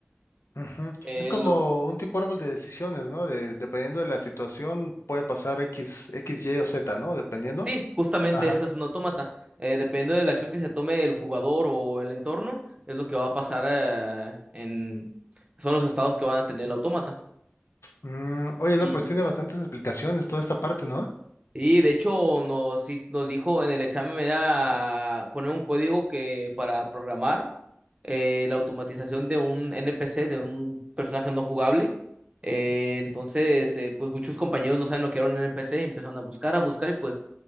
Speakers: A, on the left; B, on the right.
A: ujú.
B: Eh,
A: Es como un tipo árbol de decisiones, ¿no? De, dependiendo de la situación, puede pasar X, X, Y o Z, ¿no? Dependiendo.
B: Sí, justamente
A: Ajá.
B: eso es un autómata. Eh, dependiendo de la acción que se tome el jugador o el entorno, es lo que va a pasar eh, en... Son los estados que van a tener el autómata.
A: Mm, oye,
B: Y
A: no, pues tiene bastantes explicaciones toda esta parte, ¿no?
B: Y de hecho nos, sí nos dijo en el examen me da poner un código que para programar eh, la automatización de un NPC, de un personaje no jugable. Eh, entonces, eh, pues muchos compañeros no saben lo que era un NPC y empezaron a buscar, a buscar y pues